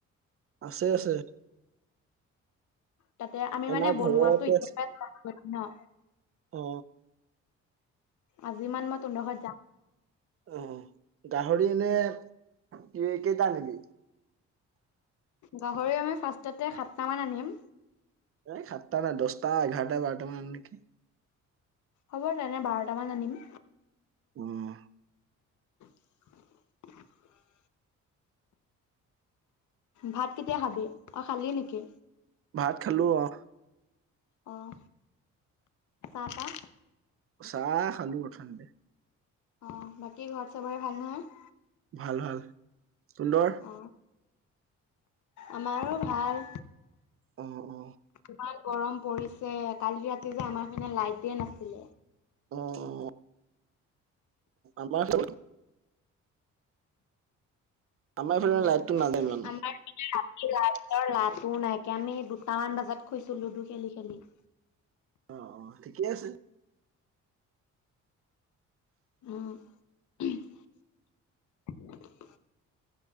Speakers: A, on the right; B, on the left.
A: আছে আছে।
B: তাতে আমি
A: আমাৰ
B: মানে বনোৱা
A: ঘৰতে
B: টো এতিয়া
A: আছে
B: পৰা ষ্টাৰ্ত কৰিম ন।
A: অ
B: আজি মান মই তোহতো ঘৰত যাম।
A: অহ গাহৰি এনে কে কেইটা আনিবি?
B: গাহৰি আমি ফাষ্টতে সাতটা মান আনিম।
A: এই সাতটা নাই দহটা, এঘাৰটা, বাৰটা মান আন নেকি?
B: হ'ব তেনে বাৰটামান আনিম।
A: উম'
B: <unintelligible> ভাত কেতিয়া খাবি, অহ খালি নেকি?
A: ভাত খালো অহ'
B: অহ চাহ-টাহ?
A: চাহ খালো অথনিতে।
B: অহ বাকী ঘৰত চাবৰে ভাল নহয়?
A: ভাল ভাল, তোহতৰ
B: অ আমাৰো ভাল।
A: অ অ
B: ইমান গৰম পৰিছে, কালি ৰাতি যে আমাৰ পিনে লাইটে নাছিলে।
A: উম' আমাৰ ফালে আমাৰ এইফালে
B: উম'
A: লাইটটো নাযায় ইমান
B: আমাৰ পিনে ৰাতি ৰাতি লাইতৰ লা টো নাইকা, আমি দুটামান বজাত শুইছো লুডু খেলি-খেলি।
A: অহ অহ' ঠিকেই আছে।
B: উম'